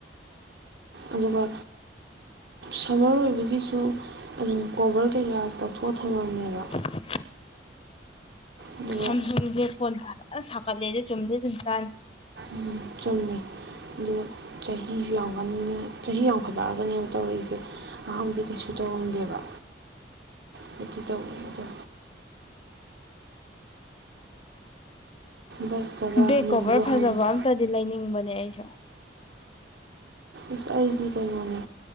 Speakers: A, on the right; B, on the left.
A: ꯑꯗꯨꯒ ꯁꯝꯃꯔ ꯑꯣꯏꯕꯒꯤꯁꯨ ꯑꯗꯨꯝ ꯀꯣꯕꯔ ꯀꯩꯀꯥ ꯂꯧꯊꯣꯛ ꯄꯊ ꯑꯃꯅꯦꯕ
B: <unintelligible>
A: ꯑꯗꯨꯒ
B: ꯁꯝ ꯁꯨꯝꯁꯦ ꯐꯣꯟ ꯁꯥꯒꯠꯂꯦꯗꯦ ꯆꯨꯝꯗꯦ ꯑꯗꯨꯝ ꯆꯥꯅꯤ
A: ꯎꯝ ꯆꯨꯝꯃꯤ ꯑꯗꯨꯒ ꯆꯍꯤ ꯌꯥꯎ ꯆꯍꯤ ꯌꯥꯝꯈꯠꯂꯛꯑꯒꯅꯦꯕ ꯇꯧꯔꯛꯏꯁꯦ ꯑꯍꯥꯡꯥꯟꯕꯕꯨꯗꯤ ꯀꯩꯁꯨ ꯇꯧꯔꯝꯗꯦꯕ ꯍꯥꯏꯗꯤ ꯇꯧꯋꯦ ꯑꯗꯣ ꯕꯁꯇꯒ
B: ꯕꯦꯛ
A: ꯅꯣꯡꯃꯗꯣ
B: ꯀꯣꯕꯔ ꯐꯖꯕ
A: ꯍꯪꯉꯤ
B: ꯑꯝꯇꯗꯤ ꯂꯩꯅꯤꯡꯕꯅꯦ ꯑꯩꯁꯨ
A: ꯏꯁꯁ ꯑꯩꯗꯤ ꯀꯩꯅꯣꯅꯦ